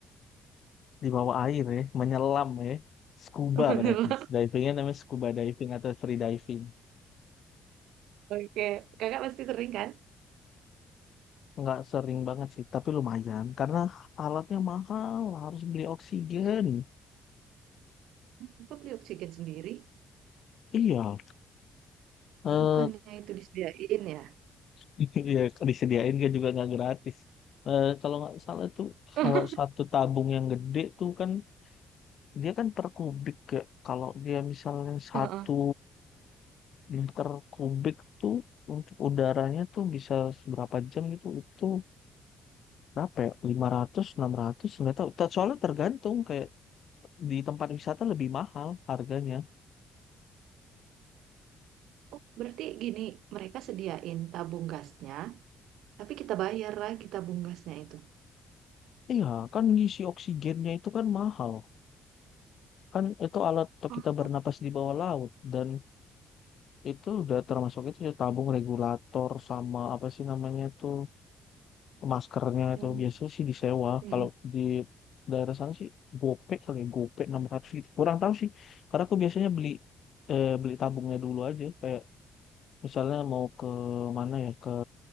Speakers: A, on the left (about 60°); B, on the right (about 85°).
A: di bawah air ya, menyelam ya. Scuba
B: <laughs> Menyelam.
A: berarti. Divingnya namanya scuba diving atau free diving.
B: Oke, kakak pasti sering kan?
A: Nggak sering banget sih, tapi lumayan. Karena alatnya mahal, harus beli oksigen.
B: Aku beli oksigen sendiri.
A: Iya, eh
B: Bukannya itu disediain ya?
A: <laughs> iya, disediain kan juga nggak gratis. Eh kalau nggak salah tuh,
B: <laughs>
A: kalau satu tabung yang gede tuh kan, dia kan per kubik. ya. Kalau dia misalnya satu
B: Heeh.
A: liter kubik tuh, untuk udaranya tuh bisa seberapa jam gitu, itu berapa ya? lima ratus, enam ratus, nggak tahu. Ta- Soalnya tergantung kayak di tempat wisata lebih mahal harganya.
B: Oh, berarti gini, mereka sediain tabung gasnya, tapi kita bayar lagi tabung gasnya itu.
A: Iya, kan ngisi oksigennya itu kan mahal. Kan itu alat untuk
B: Oh,
A: kita bernapas di bawah laut dan itu udah termasuk itu ya, tabung regulator sama apa sih namanya itu maskernya
B: ya.
A: itu biasanya sih disewa.
B: Mm-mm.
A: Kalau di daerah sana sih gope kali ya, gope 600 gitu. Kurang tahu sih. Karena aku biasanya beli eh, beli tabungnya dulu aja kayak Misalnya mau ke mana ya, ke